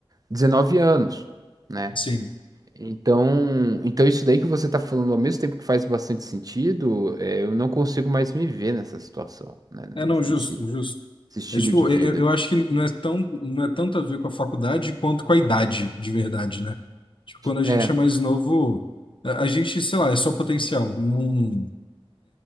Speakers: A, on the right; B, on the left.
A: 19 anos, né?
B: Sim.
A: Então, então isso daí que você tá falando, ao mesmo tempo que faz bastante sentido, é, eu não consigo mais me ver nessa situação, né?
B: É, não, justo,
A: Nesse,
B: justo.
A: nesse estilo
B: É, tipo,
A: de vida.
B: eu, eu eu acho que não é tão, não é tanto a ver com a faculdade quanto com a idade, de verdade, né? Tipo, quando a gente
A: É,
B: é mais novo, a, a gente, sei lá, é só potencial. Não,